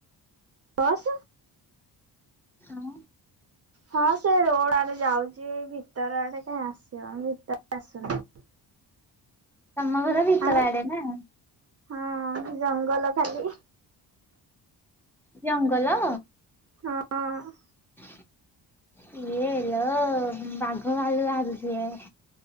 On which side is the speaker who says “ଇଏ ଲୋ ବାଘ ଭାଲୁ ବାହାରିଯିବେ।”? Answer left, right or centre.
Centre